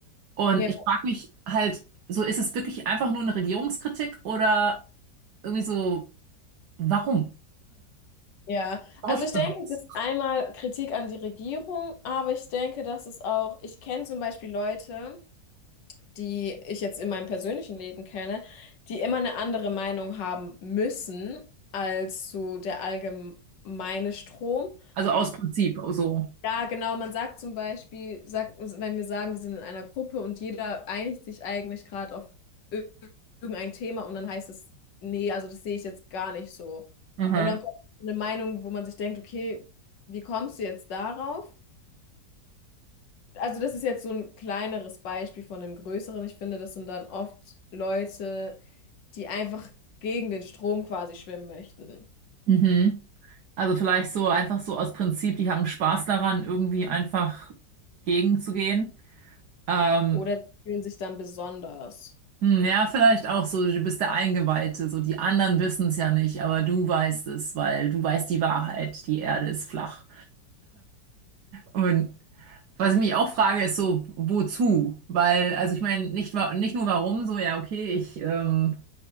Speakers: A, on the right (about 65°); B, on the left (about 80°).
A: Und
B: ja,
A: ich frage mich halt, so ist es wirklich einfach nur eine Regierungskritik oder irgendwie so, warum?
B: ja.
A: Warum
B: Also
A: tut
B: ich denke,
A: man sowas?
B: das ist einmal Kritik an die Regierung, aber ich denke, dass es auch, ich kenne zum Beispiel Leute, die ich jetzt in meinem persönlichen Leben kenne, die immer eine andere Meinung haben müssen als so der allgemeine Strom.
A: Also aus Prinzip, oh so.
B: Ja, genau, man sagt zum Beispiel, sagt, wenn wir sagen, wir sind in einer Gruppe und jeder einigt sich eigentlich gerade auf ir- irgendein Thema und dann heißt es, nee, also das sehe ich jetzt gar nicht so.
A: Mhm.
B: Und dann kommt eine Meinung, wo man sich denkt, okay, wie kommst du jetzt darauf? Also das ist jetzt so ein kleineres Beispiel von einem größeren. Ich finde, das sind dann oft Leute, die einfach gegen den Strom quasi schwimmen möchten.
A: Mhm. Also vielleicht so einfach so aus Prinzip, die haben Spaß daran, irgendwie einfach gegenzugehen. Ähm,
B: Oder sie fühlen sich dann besonders.
A: hm, ja, vielleicht auch so, du bist der Eingeweihte, so die anderen wissen es ja nicht, aber du weißt es, weil du weißt die Wahrheit, die Erde ist flach. Und was ich mich auch frage, ist so, wozu? Weil, also ich meine, nicht, wa- nicht nur warum, so, ja, okay, ich, ähm,